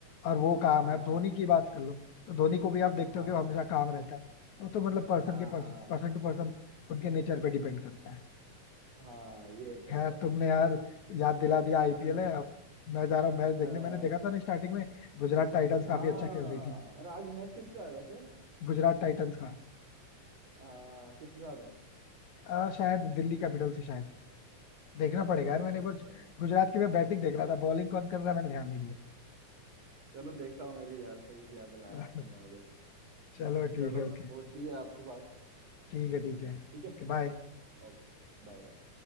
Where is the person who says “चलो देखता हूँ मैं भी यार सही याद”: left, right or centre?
Right